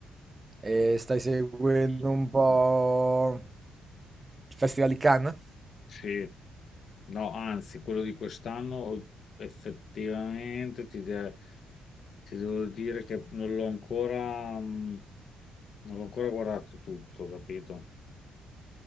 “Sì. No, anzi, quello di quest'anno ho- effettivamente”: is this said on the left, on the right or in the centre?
Left